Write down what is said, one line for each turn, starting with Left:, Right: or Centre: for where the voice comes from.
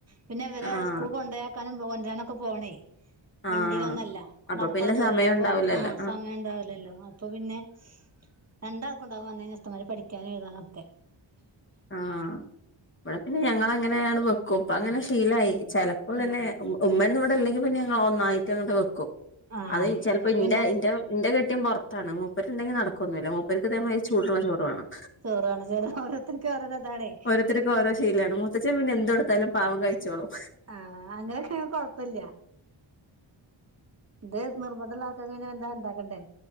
Right: പിന്നയിവരെസ്കൂൾ
Left: ആഹ്
Right: കൊണ്ടെയാക്കാനും കൊണ്ടുവരാനുമൊക്കെ പോണേ വണ്ടിയിലൊന്നുമല്ല,
Left: ആഹ് അപ്പൊ
Right: നടക്കാനുള്ളദൂരമുള്ളൂ
Left: പിന്നെ സമയം
Right: അപ്പൊ
Left: ഉണ്ടാവൂലല്ലോ
Right: ആഹ് സമയമുണ്ടാവും ഇല്ലല്ലോ, അപ്പൊ പിന്നെ രണ്ടാൾക്കു മുണ്ടാക്കുവന്നേനെ ഇഷ്ടമാതിരി പഠിക്കാനും എഴുതാനുമൊക്കെ
Left: ആഹ് ഇവിടെ പിന്നെ ഞങ്ങളങ്ങനെയാണ് വെക്കും. ഇപ്പമങ്ങനെ
Right: ഉം
Left: ശീലമായി
Right: ഉം
Left: ചിലപ്പോ തന്നെ
Right: ആഹ്
Left: ഉമ്മയൊന്നുമിവിടെ ഇല്ലെങ്കിൽ പിന്നെ ഞങ്ങളൊന്നായിട്ടങ്ങട്ടുവയ്ക്കും.
Right: ആഹ്
Left: അതുചിലപ്പോ
Right: അപ്പൊ
Left: ഇന്റെ
Right: പിന്നെ
Left: യിന്റെ ഇന്റെ കെട്ടിയോൻ പുറത്താണ്, മൂപ്പരുണ്ടെങ്കിൽ നടക്കൊന്നുമില്ല, മൂപ്പർക്കു ഇതേ മാതിരി ചൂടുള്ള ചോറുവേണം.
Right: ചോറുവേണം, ചോറ് ഓരോരുത്തർക്ക് ഓരോ യിതാണേ
Left: ഓരോരുത്തർക്കോരോ ശീലമാണ്, മുത്തച്ഛൻ പിന്നെ എന്തുകൊടുത്താലും പാവം കഴിച്ചോളും.
Right: ആഹ് അങ്ങനൊയൊക്കെയാണേൽ കൊഴപ്പമില്ല. ഇതേ നിർബന്ധമുള്ള ആൾക്കാർക്കു പിന്നെയെന്താ ഉണ്ടാക്കേണ്ടേ